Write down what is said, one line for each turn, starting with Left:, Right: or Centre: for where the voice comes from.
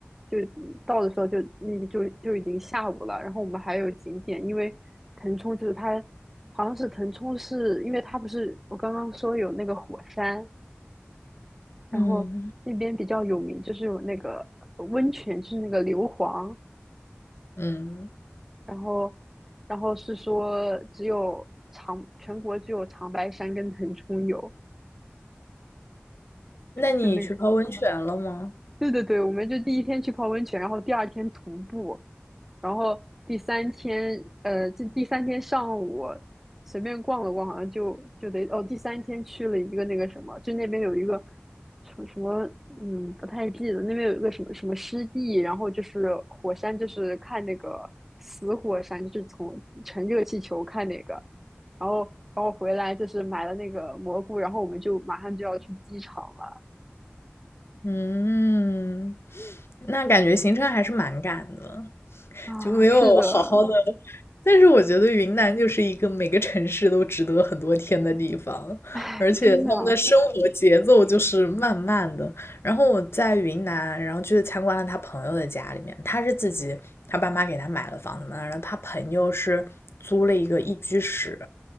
Centre: 就到的时候就那个就就已经下午了。然后我们还有景点，因为腾冲就是它好像是腾冲是因为它不是我刚刚说有那个火山，然后那边比较有名，
Left: 嗯
Centre: 就是有那个温泉，就是那个硫磺，
Left: 嗯，
Centre: 然后然后是说只有长全国只有长白山跟腾冲有。
Left: 那你去泡温泉了吗？
Centre: 就那。对对对，我们就第一天去泡温泉，然后第二天徒步，然后第三天，呃，这第三天上午随便逛了逛，好像就就得哦，第三天去了一个那个什么，就那边有一个什么什么，嗯，不太记得，那边有一个什么什么湿地，然后就是火山，就是看那个死火山，就是从乘热气球看那个，然后然后回来就是买了那个蘑菇，然后我们就马上就要去机场了
Left: 嗯，那感觉行程还是蛮赶的，
Centre: 啊，
Left: 就没有好好的。
Centre: 是的。
Left: 但是我觉得云南就是一个每个城市都值得很多天的地方，
Centre: 哎，
Left: 而且他们的生活节奏就是慢慢的。
Centre: 真的，
Left: 然后我在云南，然后去参观了他朋友的家里面，他是自己，他爸妈给他买了房子嘛，然后他朋友是租了一个一居室，